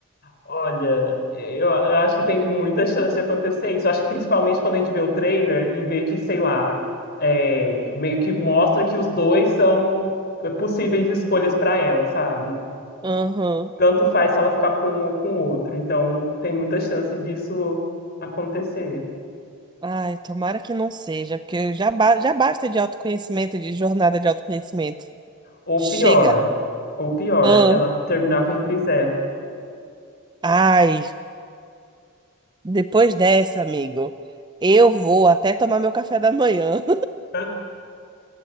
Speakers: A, on the left; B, on the right.
A: Olha, eu, eu acho que tem muita chance de acontecer isso. Eu acho que principalmente quando a gente vê o trailer e vê que, sei lá, é, meio que mostra que os dois são possíveis escolhas para ela, sabe?
B: Aham.
A: Tanto faz se ela ficar com um ou com o outro. Então, tem muita chance disso acontecer.
B: Ai, tomara que não seja, porque já, ba- já basta de autoconhecimento, de jornada de autoconhecimento.
A: Ou
B: Chega.
A: pior, ou pior,
B: Ahn.
A: ela terminar com Chris Evans.
B: Ai, depois dessa, amigo, eu vou até tomar meu café da manhã.
A: <laughs>